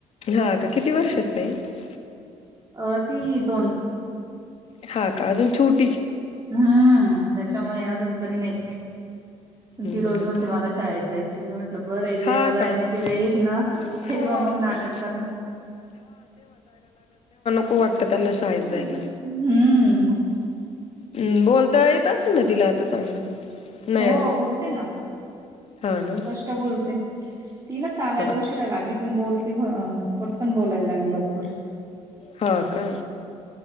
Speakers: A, on the left; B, on the right.
A: हा का किती वर्षाचा आहे
B: अ ती दोन
A: हा का अजून छूट
B: हम्म ते त्याच्यामुळे अजून तरी नाही
A: हं,
B: ती रोज
A: बरं
B: मण
A: तू
B: ते मला शाळेत जायची म्हंटलं बरे जेव्हा
A: हा
B: जायण्याची
A: का
B: वेळ येईल ना
A: मला
B: तेव्हा
A: कळली
B: मग नाटक करणार
A: वाक्त कााय
B: हम्म.
A: जायला
B: <unintelligible>
A: हम् बोलता येत अस ना तिला आता चांगलं नाही
B: हो
A: अजून
B: बोलते ना
A: हा ना
B: स्पष्ट बोलते ती ना चालायला
A: हा.
B: उशिरा लागली पण बोलते पटकन बोलायला लागली लवकर.
A: हा का